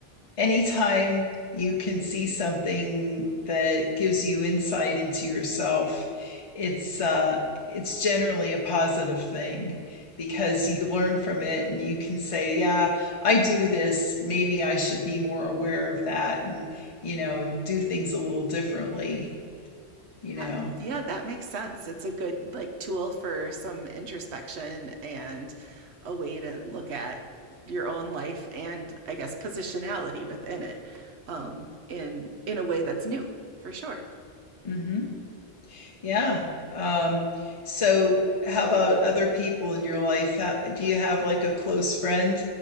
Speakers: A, on the left; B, on the right.
A: anytime you can see something that gives you insight into yourself it's uh it's generally a positive thing because you learn from it and you can say yeah i do this maybe i should be more aware of that and you know do things a little differently you
B: That,
A: know
B: yeah, that makes sense. It's a good like tool for some introspection and a way to look at your own life and I guess positionality within it um, in in a way that's new for sure.
A: mhm Yeah. Um, so how about other people in your life? How, do you have like a close friend